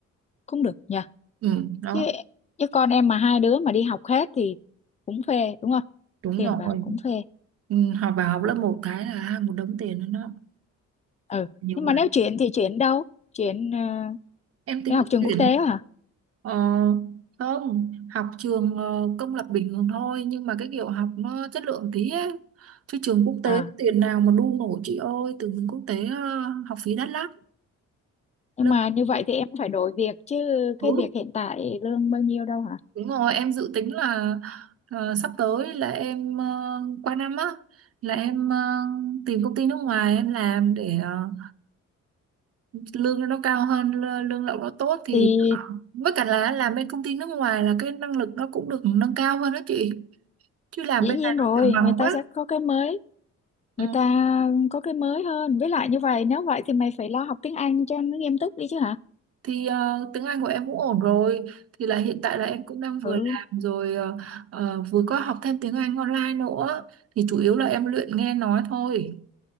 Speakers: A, on the left; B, on the right.
A: không được nhở
B: ừ đó
A: Chứ chứ con em mà hai đứa mà đi học hết thì cũng phê đúng không?
B: đúng
A: Tiền
B: rồi
A: bạc cũng phê.
B: ừ, học vào học lớp một cái là à, một đống tiền nữa nó
A: Ừ,
B: nhiều
A: nhưng
B: quá
A: mà nếu chuyển thì chuyển đâu? Chuyển ờ,
B: em tính
A: Để học trường
B: chuyển
A: quốc tế hả?
B: ờ, không học trường ờ, công lập bình thường thôi nhưng mà cái kiểu học nó chất lượng tí ấy. chứ trường quốc tế
A: À,
B: tiền nào mà đu nổi chị ơi từ trường quốc tế ờ, học phí đắt lắm
A: nhưng
B: lớp
A: mà như vậy thì em cũng phải đổi việc chứ cái
B: ừ.
A: việc hiện tại lương bao nhiêu đâu hả?
B: Đúng rồi, em dự tính là ờ, sắp tới là em ờ, qua năm á là em ờ, tìm công ty nước ngoài em làm để ờ, lương nó cao hơn, lơ- lương lậu nó tốt thì
A: Thì
B: ờ, với cả là làm bên công ty nước ngoài là cái năng lực nó cũng được nâng cao hơn đó chị. Chứ làm
A: dĩ
B: bên
A: nhiên
B: này nó
A: rồi,
B: chẳng bằng
A: người ta
B: quá.
A: sẽ có cái mới,
B: Ừ.
A: người ta có cái mới hơn. Với lại như vậy, nếu vậy thì mày phải lo học tiếng Anh cho nó nghiêm túc đi chứ hả?
B: Thì ờ, tiếng Anh của em cũng ổn rồi thì là hiện tại là em cũng đang vừa
A: Ừ,
B: làm rồi ờ, ờ, vừa có học thêm tiếng Anh online nữa thì chủ yếu là em luyện nghe nói thôi.